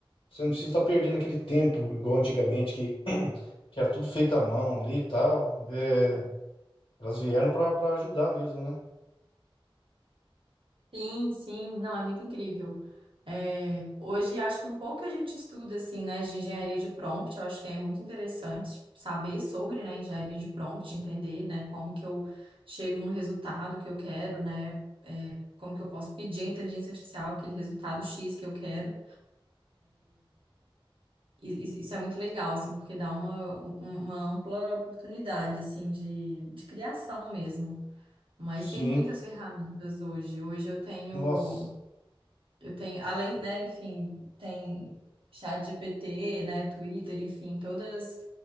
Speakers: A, on the left (about 80°); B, on the right (about 65°).
A: você não precisa estar perdendo aquele tempo igual antigamente que <clears throat> que era tudo feito à mão ali e tal. É, elas vieram para ajudar mesmo, né?
B: Sim, sim, não, é muito incrível. É, hoje acho que um pouco a gente estuda assim, né, de engenharia de prompt, eu acho que é muito interessante saber sobre, né, engenharia de prompt, entender, né, como que eu chego no resultado que eu quero, né, é, como que eu posso pedir à inteligência artificial aquele resultado X que eu quero. E- e- Isso é muito legal, assim, porque dá uma, um- uma ampla oportunidade, assim, de, de criação mesmo. Mas
A: Sim.
B: tem muitas ferramentas hoje. Hoje eu tenho.
A: Nossa,
B: Eu tenho, além, né, enfim, tem chat GPT, né, Twitter, enfim, todas